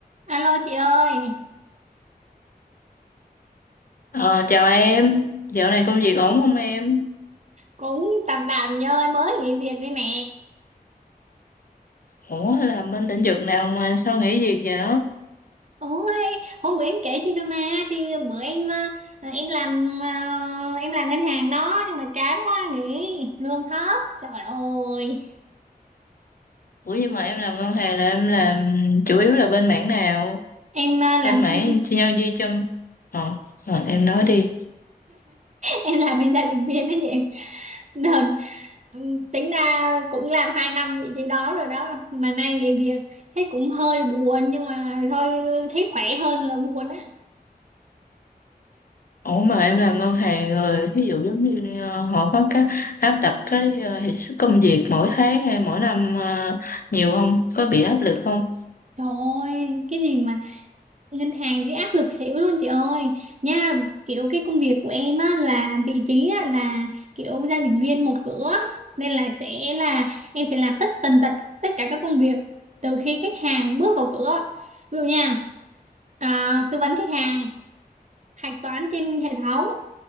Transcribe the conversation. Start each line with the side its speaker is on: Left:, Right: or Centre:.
Right: Alo chị ơi,
Left: Ờ, chào em, dạo này công việc ổn không em?
Right: cũng tạm tạm nha ơi, mới nghỉ việc đây nè.
Left: Ủa, làm bên lĩnh vực nào mà sao nghỉ việc vậy?
Right: Ôi, hôm bữa em kể chị đôi mà, thì bữa em ờ, ờ, em làm ờ, em làm ngân hàng đó nhưng mà chán quá nghỉ, lương thấp. Trời ơi,
Left: Ủa, nhưng mà em làm ngân hàng là em làm chủ yếu là bên mảng nào?
Right: em ờ, làm
Left: Bên mảng
Right: <laughs>
Left: nhân viên chăm... Ờ, ờ, em nói đi.
Right: em làm bên gia đình viên đó chị. Đợt, ừ, tính ra cũng làm 2 năm vị trí đó rồi đó mà nay nghỉ việc thấy cũng hơi buồn nhưng mà thôi thấy khỏe hơn là buồn á.
Left: Ủa mà em làm ngân hàng rồi, ví dụ giống như ờ, họ có cái áp đặt cái ờ, hiệu suất công việc mỗi tháng hay mỗi năm ờ, nhiều không? Có bị áp lực không?
Right: Trời ơi, cái gì mà ngân hàng với áp lực xỉu luôn chị ơi nha kiểu cái công việc của em á là vị trí á là kiểu giao dịch viên một cửa nên là sẽ là em sẽ làm tất tần tật tất cả các công việc từ khi khách hàng bước vào cửa ví dụ nha à, tư vấn khách hàng hạch toán trên hệ thống